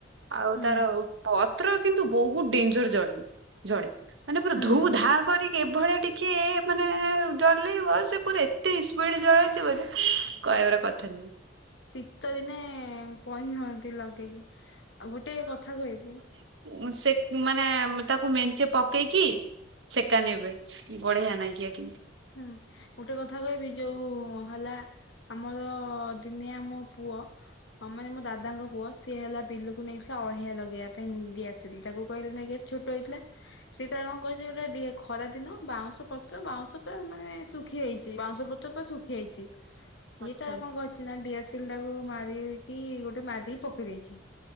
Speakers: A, on the right (about 70°); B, on the left (about 70°).
A: ଆଉ
B: ହୁଁ
A: ତାର ପତ୍ର କିନ୍ତୁ ବହୁ ଡେଞ୍ଜର୍ ଜଡ଼ି ଜଡ଼ି ମାନେ ପୁରା
B: ହୁଁ।
A: ଧୁ ଧା ପରିକି ଏଭଳିଆ ଟିକେ ମାନେ ଡଲେଇବ ସେ ପୁରା ଏତେ ଇସପଏଡ୍ ଜଳିଯିବଜେ କହିବାର କଥା ନୁହେଁ
B: ଶୀତ ଦିନେ ପହିଁ ହୁଅନ୍ତି ଲଗେଇ ଆଉ ଗୋଟେ କଥା କହିବି।
A: ମୁଁ ସେ ମାନେ ତାକୁ ମେଞ୍ଚେ ପକେଇକି ସେକା ନେବେ ବଢ଼ିଆ ନାଗିବ କି
B: ହୁଁ ଗୋଟେ କଥା କହିବି ଯୋଉ ହେଲା। ଆମର ଦିନେ ଆମ ପୁଅ ହଁ ମାନେ ମୋ ଦାଦାଙ୍କ ପୁଅ ସିଏ ହେଲା ବିଲକୁ ନେଇଥିଲା ଅଳିହା ଲଗେଇବାପାଇଁ ଡିଆସ ରିତାକୁ କହିଲେ ନେଇକି ଆ ଛୋଟ ହେଇଥିଲା। ସେ ତା କଣ କହିଛି ଗୋଟେ ଡିଏ ଖରାଦିନ ବାଉଁଶ ପତ୍ର ବାଉଁଶ ମାନେ ଶୁଖିଯାଇଛି ବାଉଁଶ ପତ୍ର ପୁରା ଶୁଖିଯାଇଛି।
A: ଆଚ୍ଛା
B: ଇଏ ତାର କଣ କରିଛ ନା ଡିଆ ତିଲ୍ ଟାକୁ ମାରିକି ଗୋଟେ ମାରଦି ପକେଇଦେଇଛି।